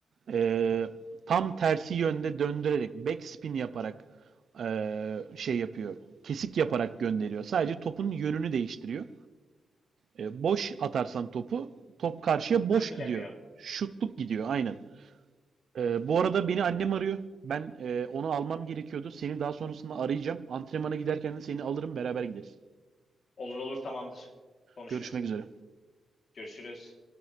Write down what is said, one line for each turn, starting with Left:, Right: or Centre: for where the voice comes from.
Right: e, tam tersi yönde döndürerek back spin yaparak e, şey yapıyor. Kesik yaparak gönderiyor. Sadece topun yönünü değiştiriyor. E, boş atarsan topu top karşıya
Left: Döndüremiyor.
Right: boş gidiyor. Şutluk gidiyor aynen. E, bu arada beni annem arıyor. Ben e, onu almam gerekiyordu. Seni daha sonrasında arayacağım. Antrenmana giderken de seni alırım beraber gideriz.
Left: Olur olur tamamdır. Konuşuruz
Right: Görüşmek
Left: yine.
Right: üzere.
Left: Görüşürüz.